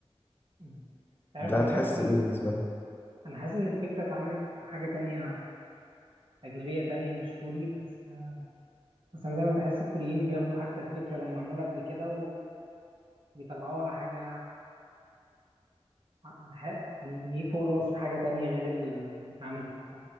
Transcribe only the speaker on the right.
<laughs> انت عارف
انا
حاسس ان
انا حاسس ان الفكره اتعملت في حاجه تانية اجنبيه تانية مش كوري بس بس انا دايما بحس الكوريين بياخدوا حتى الفكره لو معموله قبل كده وبيطلعوها حاجه ح- يعني فوق الوصف حاجه تانية غير اللي اتعملت ف-